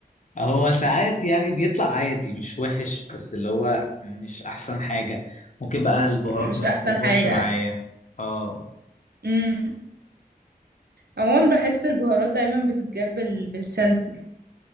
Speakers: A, on the left; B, on the right.
A: هو ساعات يعني بيطلع عادي مش وحش بس اللي هو مش احسن حاجة ممكن بقى البهارات
B: مش
A: ما
B: أحسن
A: بتظبطش
B: حاجة
A: معايا اه
B: امم عموما بحس البهارات دايما بتتجاب بال... بالسنس